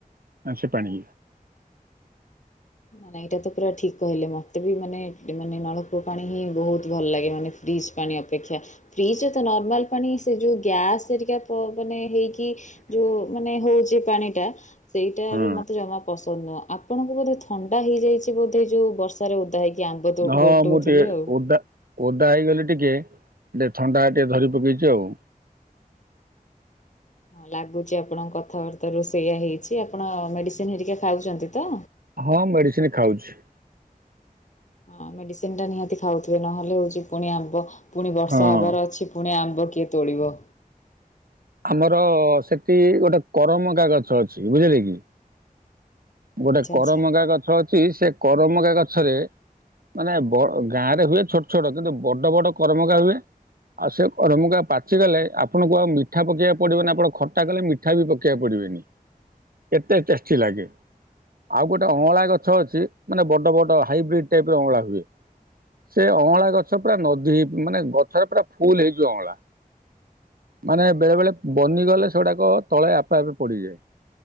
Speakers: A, on the right (about 75°); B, on the left (about 55°).
A: ଆ ସେ ପାଣି।
B: ନା ନା ଏଇଟା ତ ପୁରା ଠିକ୍ କହିଲେ ମତେ ବି ମାନେ ମାନେ ନଳକୂଅ ପାଣି ହିଁ ବହୁତ ଭଲ ଲାଗେ ମାନେ ଫ୍ରିଜ୍ ପାଣି ଅପେକ୍ଷା ଫ୍ରିଜ୍ର ତ ନର୍ମାଲ୍ ପାଣି ସେ ଯଉ ଗ୍ୟାସ୍ ହେରିକା ପ ମାନେ ହେଇକି ଯୋଉ ମାନେ ହଉଛି ପାଣି ଟା ସେଇଟାାରୁ
A: ହଁ
B: ମତେ ଜମା ପସ ନ୍ଦ ନୁହ ଆପଣଙ୍କୁ ବୋଧେ ଥଣ୍ଡା ହେଇଯାଇଛି ବୋଧେ ଯୋଉ ବର୍ଷାରେ ଓଦା ହେଇକି? ଆମ୍ବ ତ
A: ନହ
B: ଗୋଟଉଥିଲେ
A: ମୁ ଟିକେ
B: ଆଉ।
A: ଓଦା ଓଦା ହେଇଗଲି ଟିକେ ଯେ ଥଣ୍ଡା ଟିକେ ଧରି ପକେଇଛି ଆଉ।
B: ହଁ ଲାଗୁଛି ଆପଣଙ୍କ କଥାବାର୍ତ୍ତା ରୁ ଷେଇଆ ହେଇଛି ଆପଣ ମେଡିସିନ ହେରିକା ଖାଉଛନ୍ତି ତ?
A: ହଁ ମେଡିସିନ ଖାଉଛି।
B: ହଁ ମେଡିସିନ ଟା ନିହାତି ଖାଉଥିବେ ନହେଲେ ହଉଛି ପୁଣି ଆମ୍ବ ପୁଣି ବର୍ଷା
A: ହଁ।
B: ହବାର ଅଛି ପୁଣି ଆମ୍ବ କିଏ ତୋଳିବ?
A: ଆମର ସେଠି ଗୋଟେ କରମଙ୍ଗା ଗଛ ଅଛି ବୁଝିଲେ କି? ଗୋଟେ
B: ଆଚ୍ଛା
A: କରମଗା
B: ଆଚ୍ଛା।
A: ଗଛ ଅଛି ସେ କରମଗା ଗଛରେ ମାନେ ବ ଗାଁ ରେ ହୁଏ ଛୋଟ ଛୋଟ କିନ୍ତୁ ବଡ ବଡ କର୍ମଗା ହୁଏ। ଆଉ ସେ କରମଙ୍ଗା ପାଚିଗଲେ ଆପଣଙ୍କୁ ଆଉ ମିଠା ପକେଇବାକୁ ପଡ଼ିବନି ଆପଣ ଖଟା କଲେ ମି ଠା ବି ପକେଇବାକୁ ପଡ଼ିବେନି କେତେ ଚେଷ୍ଠି ଲାଗେ। ଆଉ ଗୋଟେ ଅଁଳା ଗଛ ଅଛି ମାନେ ବଡ ବଡ ହାଇବ୍ରିଡ଼୍ ଟାଇପ୍ ର ଅଁଳା ହୁଏ। ସେ ଅଁଳା ଗଛ ପୁରା ନଦୀ ହେଇ ମାନେ ଗଛରେ ପୁରା ଫୁଲ ହେଇଯିବ ଅଁଳା। ମାନେ ବେଳେ ବେଳେ ବନିଗଲେ ସେଗୁଡ଼ାକ ତଳେ ଆପେ ଆପେ ପଡ଼ିଯାଏ।